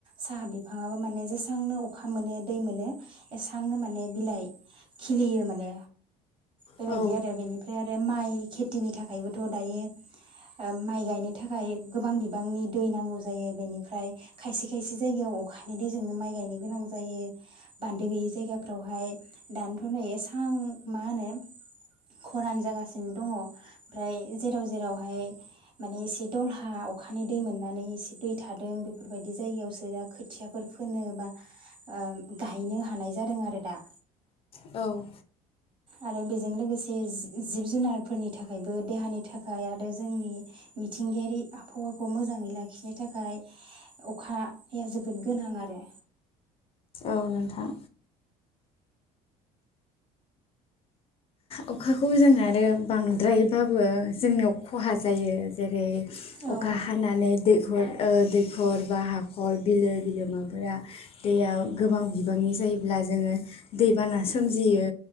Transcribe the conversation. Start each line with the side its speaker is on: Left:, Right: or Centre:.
Right: साहा बिफाङाबो माने जेसांनो अखा मोनो दै मोनो एसां। सांनो माने बिलाइ बियो माने बेबायदि
Left: औ
Right: आरो बेनिफ्राय आरो माइ खेथिनि थाखायबो थ' दायो ओ माइ गायनो थाखाय गोबां बिबांनि दै नांगौ जायो बेनिफ्राय खायसे खायसे जायगायाव अखानि दै जोंनो माइ गायनो गोनां जायो बान्दो गैयै जायगाफ्रावहाय दानथ' नै एसां मा होनो खरान जागासिनो दङ ओमफ्राय जेराव जेरावहाय माने एसे दलहा अखानि दै मोननानै एसे दै थादों बेफोरबायदि जायगायावसो दा खोथियाफोर फोनो बा गायनो ओ हानाय जादों आरो दा
Left: औ
Right: आरो बेजों लोगोसे जि-जिब जुनारफोरनि थाखायबो देहानि थाखाय आरो जोंनि मिथिंगायारि आबहावाखौ मोजाङै लाखिनो थाखाय अखाया जोबोद गोनां आरो
Left: औ नोंथां अखाखौ जों आरो बांद्रायबाबो जोंनियाव खहा जायो। ‌ जेरै
Right: औ
Left: अखा हानानै दै दैखर ओ दैखर बा हाखर बिलो बिलोमाफोरा दैया गोबां बिबांनि जायोब्ला जोङो दैबाना सोमजियो